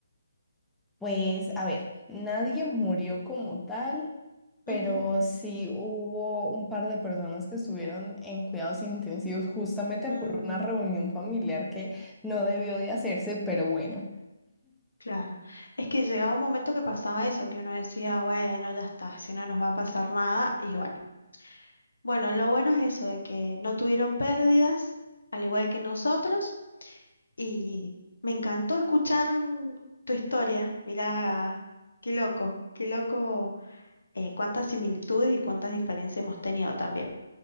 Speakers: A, in the centre; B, on the left (about 75°).
A: Pues, a ver, nadie murió como tal, pero
B: Ujú.
A: sí hubo un par de personas que estuvieron en cuidados intensivos justamente
B: Mm,
A: por una reunión familiar que no debió de hacerse, pero bueno,
B: claro. Es que llegaba un momento que pasaba eso, que uno decía, bueno, ya está, si no nos va a pasar nada, y bueno. Bueno, lo bueno es eso, de que no tuvieron pérdidas, al igual que nosotros. Y me encantó escuchar mm, tu historia. Mira, qué loco, qué loco, eh, cuántas similitudes y cuántas diferencias hemos tenido también.